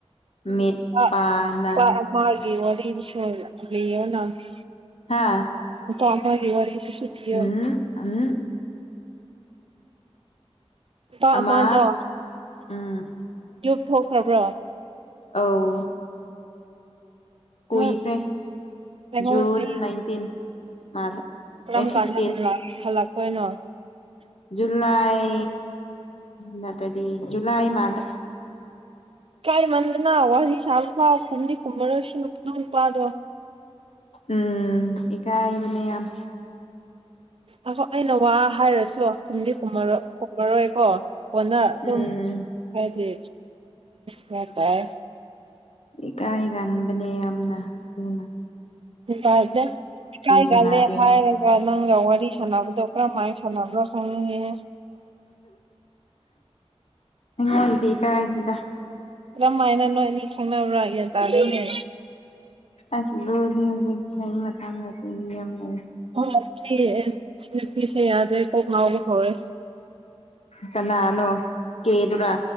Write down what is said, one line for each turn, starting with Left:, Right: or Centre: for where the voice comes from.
Left: ꯃꯤꯠ
Right: <unintelligible>
Left: ꯄꯥꯅ
Right: ꯅꯨꯄꯥ ꯑꯃꯒꯤ
Left: ꯍꯥ
Right: ꯋꯥꯔꯤꯗꯨꯁꯨ ꯂꯤꯌꯣ
Left: ꯎꯝ ꯎꯝ
Right: ꯅꯨꯄꯥ
Left: ꯑꯃ
Right: ꯑꯃꯗꯣ
Left: ꯎꯝ
Right: ꯌꯨꯝ ꯊꯣꯛꯈ꯭ꯔꯕ꯭ꯔꯣ
Left: ꯑꯧ ꯀꯨꯏꯈ꯭ꯔꯦ
Right: ꯅꯪ ꯑꯩꯉꯣꯟ
Left: ꯖꯨꯟ
Right: ꯑꯩ
Left: ꯅꯥꯏꯟꯇꯤꯟ ꯃꯥꯗ
Right: ꯀꯔꯝ
Left: ꯑꯦ ꯁꯤꯛꯁꯇꯤꯟ
Right: ꯀꯥꯟꯗ ꯍꯜꯂꯛ ꯍꯜꯂꯛꯇꯣꯏꯅꯣ
Left: ꯖꯨꯜꯂꯥꯏ ꯅꯠꯇ꯭ꯔꯗꯤ ꯖꯨꯜꯂꯥꯏ ꯃꯥꯂꯦ
Right: ꯏꯀꯥꯏꯃꯟꯗꯅ ꯋꯥꯔꯤ ꯁꯥꯕ ꯐꯥꯎ ꯈꯨꯝꯗꯤ ꯀꯨꯝꯃꯔꯣꯏꯁꯤ ꯗꯨ ꯅꯨꯄꯥꯗꯣ
Left: ꯎꯝ ꯏꯀꯥꯏ ꯕꯅꯦ ꯌꯥꯝ
Right: ꯎꯝ ꯑꯩꯅ ꯋꯥ ꯍꯥꯏꯔꯁꯨ ꯈꯨꯝꯗꯤ ꯈꯨꯝꯃꯔꯣꯏ ꯈꯨꯝꯃꯔꯣꯏꯀꯣ ꯐꯣꯟꯗ ꯑꯗꯨꯝ
Left: ꯎꯝ
Right: ꯍꯥꯏꯗꯤ ꯒꯤꯌꯥꯟꯇꯥꯏ
Left: ꯏꯀꯥꯏ ꯉꯟꯕꯅꯦ ꯌꯥꯝꯅ ꯗꯨꯅ
Right: ꯌꯥꯗꯦ ꯏꯀꯥꯏꯂꯦ
Left: ꯁꯥꯟꯅꯗꯦ
Right: ꯍꯥꯏ ꯃ ꯅꯪꯒ ꯋꯥꯔꯤ ꯁꯥꯟꯅꯕꯗꯣ ꯀꯔꯝꯍꯥꯏ ꯁꯥꯟꯅꯕ꯭ꯔꯣ ꯈꯪꯅꯤꯡꯉꯦꯍꯦ
Left: ꯑꯩꯉꯣꯟꯗꯤ ꯏꯀꯥꯏꯗꯦꯗ
Right: ꯀꯔꯝ ꯍꯥꯏꯅ ꯅꯣꯏ ꯑꯅꯤ ꯈꯪꯅꯕꯔꯥ ꯒꯤꯌꯥꯟ ꯇꯥꯗꯦꯅꯦ
Left: ꯑꯁ ꯗꯨꯗꯤ ꯍꯧꯖꯤꯛ ꯊꯦꯡ ꯃꯇꯝ ꯅꯇꯦ ꯃꯤ ꯌꯥꯝ ꯂꯩ
Right: ꯑꯣ ꯁꯤꯑꯦ ꯁꯤꯅꯨꯄꯤꯁꯦ ꯌꯥꯗꯦ ꯀꯣꯛ ꯉꯥꯎꯕ ꯍꯧꯋꯦ
Left: ꯀꯟꯅꯅꯣ ꯀꯦ ꯑꯗꯨꯔꯥ